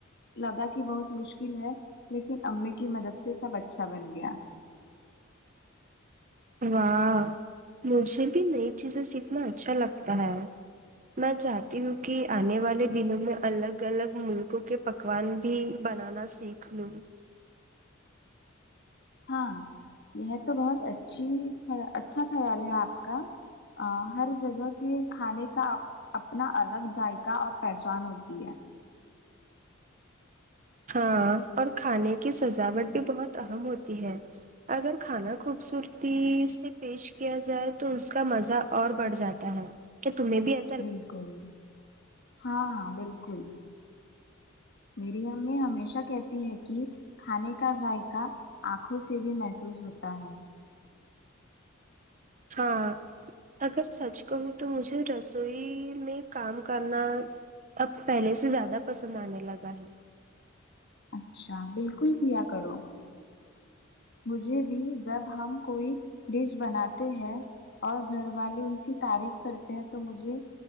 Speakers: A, on the left (about 55°); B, on the right (about 40°).
A: لگا کہ بہت مشکل ہے لیکن امی کی مدد سے سب اچھا بن گیا
B: واہ مجھے بھی نئی چیزیں سیکھنا اچھا لگتا ہے میں چاہتی ہوں کہ آنے والے دنوں میں الگ الگ ملکوں کے پکوان بھی بنانا سیکھ لوں
A: ہاں یہ تو بہت اچھی اچھا خیال ہے آپ کا ہر جگہ کے کھانے کا اپنا الگ ذائقہ اور پہچان ہوتی ہے
B: ہاں اور کھانے کی سجاوٹ بھی بہت اہم ہوتی ہے اگر کھانا خوبصورتی سے پیش کیا جائے تو اس کا مزہ اور بڑھ جاتا ہے کہ تمہیں بھی ای
A: بالکل ہاں بالکل میری امی ہمیشہ کہتی ہے کہ کھانے کا ذائقہ آنکھوں سے بھی محسوس ہوتا ہے
B: ہاں اگر سچ کہوں تو مجھے رسوئی میں کام کرنا اب پہلے سے زیادہ پسند آنے لگا ہے
A: اچھا بالکل کیا کرو مجھے بھی جب ہم کوئی ڈش بناتے ہیں اور گھر والے ان کی تعریف کرتے ہیں تو مجھے